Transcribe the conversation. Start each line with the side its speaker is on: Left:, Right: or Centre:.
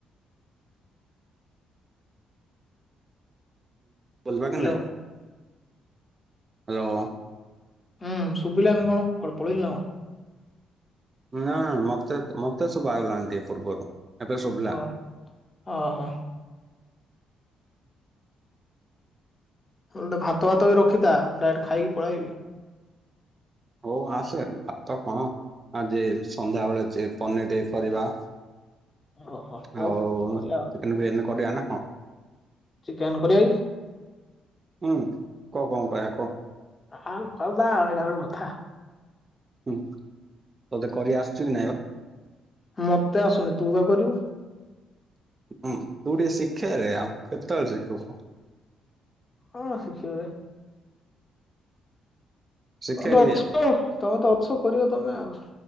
Right: ବଲିବା
Left: ହ୍ୟାଲୋ
Right: କି ନାଇ ହ୍ୟାଲୋ
Left: ହୁଁ ଶୁଭିଲାନି କଣ କୁଆଡେ ପଳେଇଲୁ ନା କଣ?
Right: ନା ମତେ ମତେ ସୁବାଗଲାନି ଟିକେ ପୂର୍ବରୁ। ଏବେ ଶୁଭିଲା
Left: ଓ ଓହୋ ହେଲେ ଭାତ ଭାତ ବି ରଖିଥା ଡାଇରେକ୍ଟ ଖାଇକି ପଳେଇବି।
Right: ହଉ ଆସେ ଭାତ କଣ, ଆଜି ସନ୍ଧ୍ୟାବେେଳେ ପନିର ଟିକେ କରିବା।
Left: ଓହୋ
Right: ହଉ
Left: କରିବା ଆଉ।
Right: ଚିକେନ ବିରିୟାନି କରିବା ନା କଣ?
Left: ଚିକେନ କରିବା କି?
Right: ହୁଁ କହ କଣ କରିବା କହ?
Left: ହଁ କରିବା ଆଉ ଏଇଟା ଗୋଟେ କଥା।
Right: ହୁଁ ତତେ କରି ଆସିଛି କି ନାଇଁ ବା?
Left: ମତେ ଆସୁନି ତୁ ଏକା କରିବୁ।
Right: ହଁ ତୁ ଟିକେ ଶିଖେରେ ଆଉ କେ ତେବେଳେ ଶିଖିବୁ?
Left: ହଁ ଶିଖିଵିରେ।
Right: ଶିଖେ
Left: ତମେ
Right: ଟିକେ
Left: ଅଛ ତମେ ତ ଅଛ କରିବ ତମେ ଆଉ।